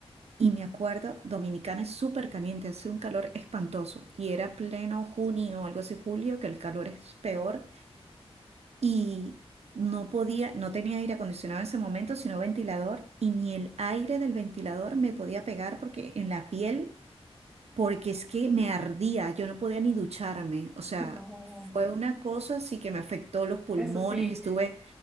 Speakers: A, on the right (about 80°); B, in the centre.
A: Y me acuerdo, Dominicana es súper caliente, hace un calor espantoso. Y era pleno junio, algo así, julio, que el calor es peor. Y no podía, no tenía aire acondicionado en ese momento, sino ventilador. Y ni el aire del ventilador me podía pegar porque en la piel porque es que me ardía, yo no podía ni ducharme, o sea,
B: No,
A: fue una cosa así que me afectó los pulmones,
B: eso sí.
A: estuve